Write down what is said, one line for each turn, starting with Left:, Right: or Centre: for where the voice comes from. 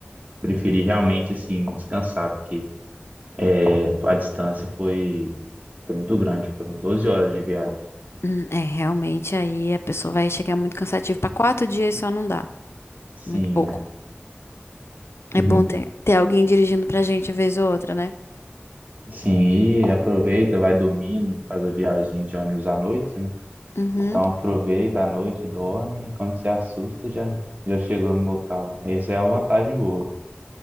Right: Eu preferi realmente assim descansar, porque é, a distância foi, foi muito grande, foram 12 horas de viagem.
Left: Hum, é, realmente aí a pessoa vai chegar muito cansativa Pra quatro dias só não dá,
Right: Sim,
Left: muito pouco.
Right: é.
Left: É
Right: <laughs>
Left: bom ter, ter alguém dirigindo pra gente vez ou outra, né?
Right: Sim, e aproveita, vai dormindo, faz a viagem de ônibus à noite, né?
Left: Uhum.
Right: Então aproveita à noite, dorme, e quando se assusta já, já chegou no local. Essa é uma vantagem boa.